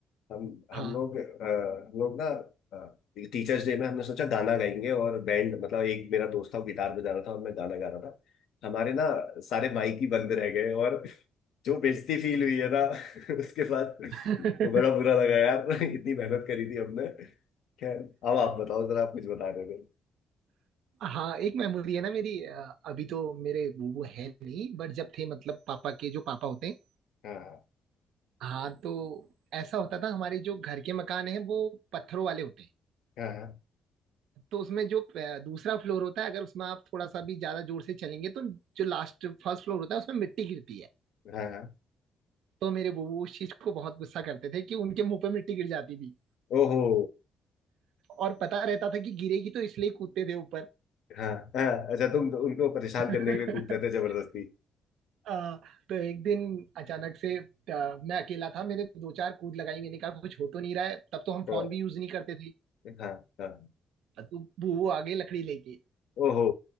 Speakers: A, on the left; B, on the right.
A: हम हम
B: हाँ
A: लोग अ, हम लोग ना टीचर्स डे में हमने सोचा गाना गाएंगे और बैंड मतलब एक मेरा दोस्त था वो गिटार बजा रहा था और मैं गाना गा रहा था हमारे ना सारे माइक ही बंद रह गए और जो बेइज्जती फील हुई है ना <laughs> उसके बाद तो
B: <laughs>
A: बड़ा बुरा लगा यार <laughs> इतनी मेहनत करी थी हमने खैर अब आप बताओ जरा आप कुछ बता रहे थे
B: हाँ एक मेमोरी है ना मेरी अ, अभी तो मेरे बूबू है नहीं बट जब थे मतलब पापा के जो पापा होते हैं
A: हाँ
B: हाँ तो ऐसा होता था हमारे जो घर के मकान है वो पत्थरों वाले होते हैं
A: हाँ
B: तो उसमें जो अ, दूसरा फ्लोर होता है अगर उसमें आप थोड़ा सा भी ज्यादा जोर से चलेंगे तो जो लास्ट फर्स्ट फ्लोर होता है उसमें मिट्टी गिरती है
A: हाँ हाँ।
B: तो मेरे बूबू उस चीज को बहुत गुस्सा करते थे कि उनके मुंह पे मिट्टी गिर जाती थी
A: ओहो
B: और पता रहता था कि गिरेगी तो इसलिए कूदते थे ऊपर
A: हाँ हाँ अच्छा तुम तो, उनको परेशान
B: <laughs>
A: करने के लिए कूदते थे जबरदस्ती
B: अ, तो एक दिन अचानक से अ, मैं अकेला था मैंने दो चार कूद लगाई मैंने कहा कुछ हो तो नहीं रहा है तब तो हम
A: हाँ
B: फोन भी यूज नहीं करते थे
A: हाँ हाँ
B: तो वो वो आ गए लकड़ी लेके
A: ओहो